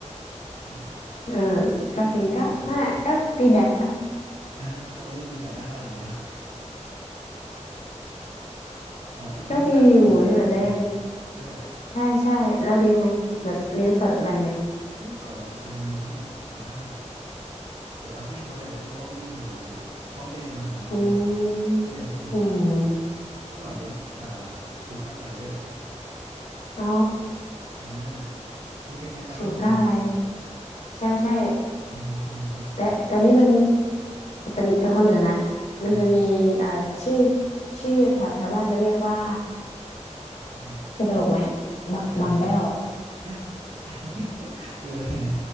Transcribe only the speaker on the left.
เออ
ก็จริงก็น่าก็ตีแบดไป
ก็ดีอยู่ที่แบบเล่น
ใช่ใช่แล้วเลี้ยงไหมแบบเลี้ยงสัตว์อะไรไหม
อื
มอืม
อ๋อ
ชูก้าอะไรใช่ใช่
แต่แต่นี่เป็นเป็นเป็นคนเหนือนะ
มันจะมีอะไรชื่อชื่อแถวแถวบ้านจะเรียกว่า
จะตลกไหมอะบะบางแบ้วอ่ะ